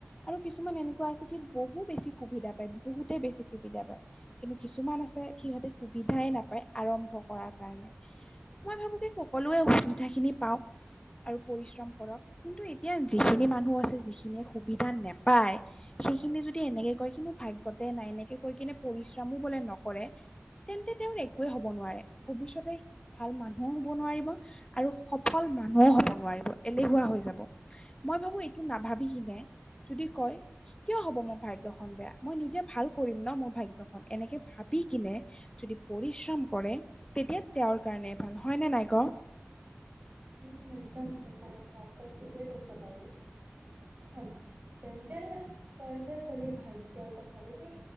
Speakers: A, on the left; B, on the right.
A: আৰু কিছুমান এনেকুৱা আছে কি বহু বেছি সুবিধা পায় বহুতেই বেছি সুবিধা পায় কিন্তু কিছুমান আছে সিহঁতে সু সুবিধাই নাপায় আৰম্ভ কৰাৰ কাৰণে মই ভাবো কি সকলোৱে সুবিধাখিনি পাও আৰু পৰিশ্ৰম কৰক কিন্তু এতিয়া যিখিনি মানুহ আছে যিখিনিয়ে সুবিধা নাপায় হে সেইখিনি যদি এনেকে কয় কি মোৰ ভাগ্যতে নাই এনেকে কৈ কিনে পৰিশ্ৰামো বোলে নকৰে তেন্তে তেওঁৰ একোৱে হব নোৱাৰে ভৱিষ্যতে ভাল মানুহও হব নোৱাৰিব আৰু সফল মানুহো হ'ব নোৱাৰিব এলেহুৱা হৈ যাব মই ভাবোঁ এইটো নাভাবি কিনে যদি কয় কিয় হ'ব মোৰ ভাগ্য খন বেয়া মই নিজে ভাল কৰিম ন মোৰ ভাগ্য খন এনেকে ভাবি কিনে, যদি পৰিশ্ৰম কৰে তেতিয়া তেওঁৰ কাৰণে ভাল হয়নে নাই ক
B: উম একদম সঁচা কথা তই ঠিকেই কৈছ বাৰু অ তেন্তে তই যে কলি ভাগ্যৰ কথাটো ত